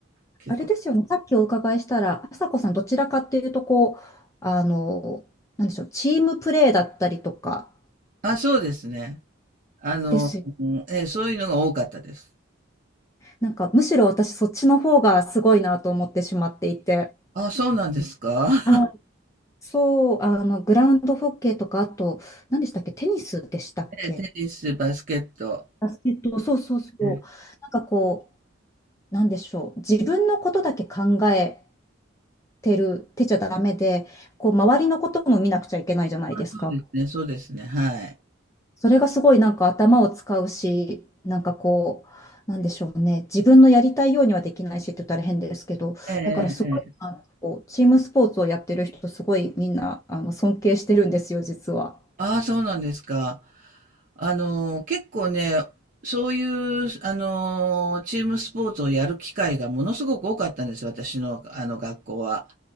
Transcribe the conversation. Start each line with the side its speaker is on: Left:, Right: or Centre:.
Right: 結構。
Left: あれですよね、さっきお伺いしたら、朝子さん、どちらかっていうと、こう、あの、なんでしょう、チームプレーだったりとか
Right: あ、そうですね。あの、
Left: ですよね
Right: えーそういうのが多かったです。
Left: なんかむしろ私そっちの方がすごいなと思ってしまっていて。
Right: あ、そうなんですか。<laughs>
Left: あ、そう、あの、グラウンドホッケーとか、あと、何でしたっけ、テニスでしたっけ。
Right: ええ、テニス、バスケット。
Left: バスケット。そうそうそう。
Right: えー
Left: なんかこう、なんでしょう。自分のことだけ考えてる、てちゃダメで、こう、周りのことも見なくちゃいけないじゃないですか。
Right: そうですね、そうですね、はい。
Left: それがすごいなんか頭を使うし、なんかこう、なんでしょうね、自分のやりたいようにはできないしって言ったら変ですけど、
Right: ええええ
Left: だからすごい、あのこうチームスポーツをやってる人、すごいみんなあの尊敬してるんですよ、実は。
Right: ああ、そうなんですか。あの、結構ね、そういう、あの、チームスポーツをやる機会がものすごく多かったんです、私の、あの、学校は。